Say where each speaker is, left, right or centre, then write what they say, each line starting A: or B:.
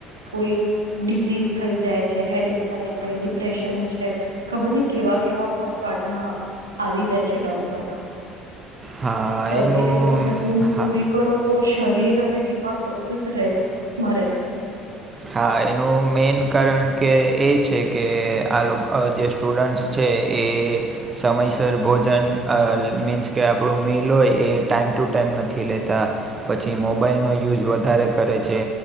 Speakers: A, on the right; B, on the right.
A: કોઈ ડિઝીજ થઈ જાય છે, હેડિક થાય છે, ડિપ્રેશન છે ખબર નઈ કેવા-કેવા પ્રકારના આવી જાય છે <unintelligible> અહિયાં.
B: હા
A: સરખી
B: એનું
A: રીતે તમે ઊંઘ
B: હા
A: પૂરી કરો તો શરીર અને દિમાગ બધું જ રહેશે મ રહેશે.
B: હા. એનું મેન કારણ કે એ છે કે આ લોક અહ જે સ્ટુ ડન્ટ્સ છે એ સમયસર ભોજન, અહ મીન્સ કે આપણું મિલ હોય એ ટાઈમ ટુ ટાઈમ નથી લેતા. પછી મોબાઈલ નો યુઝ વધારે કરે છે,